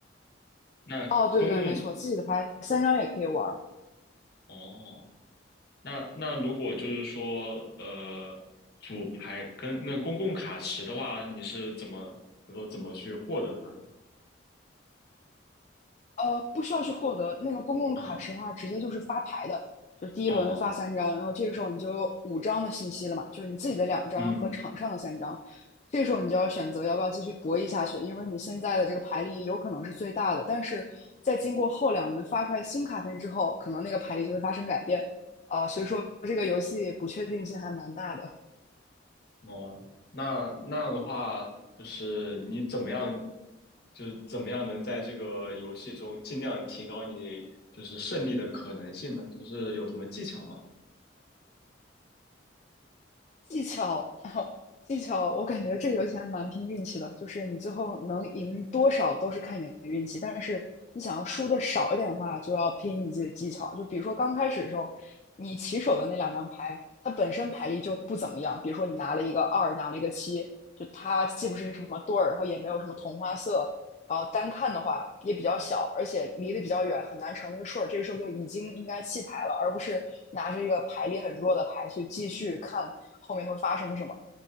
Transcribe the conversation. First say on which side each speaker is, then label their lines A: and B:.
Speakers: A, on the left; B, on the left.
A: 那公共
B: 哦，对对，没错，自己的牌三张也可以玩。
A: 哦，那那如果就是说，呃，主牌跟那公共卡池的话，你是怎么，比如说怎么去获得它呢？
B: 呃，不需要去获得那个公共卡池的话，
A: 啊
B: 直接就是发牌的，就是第一轮发三张，
A: 哦，
B: 然后这个时候你就有五张的信息了嘛，就是你自己的两张和场上的三张，
A: 嗯
B: 这个时候你就要选择要不要继续博弈下去，因为你现在的这个牌力有可能是最大的，但是在经过后两轮发出来新卡片之后，可能那个牌力就会发生改变，呃，所以说这个游戏不确定性还蛮大的。
A: 哦，那那样的话，就是你怎么样，就是怎么样能在这个游戏中尽量提高你就是胜利的可能性呢？就是有什么技巧吗？
B: 技巧，然后技巧，我感觉这个游戏还蛮拼运气的，就是你最后能赢多少都是看你的运气，但是你想要输的少一点的话，就要拼你自己的技巧。就比如说刚开始的时候，你起手的那两张牌，它本身牌力就不怎么样，比如说你拿了一个二，拿了一个七，就它既不是什么对儿，然后也没有什么同花色，呃，单看的话也比较小，而且离得比较远，很难成一个顺儿。这个时候就已经应该弃牌了，而不是拿着一个牌力很弱的牌去继续看后面会发生什么。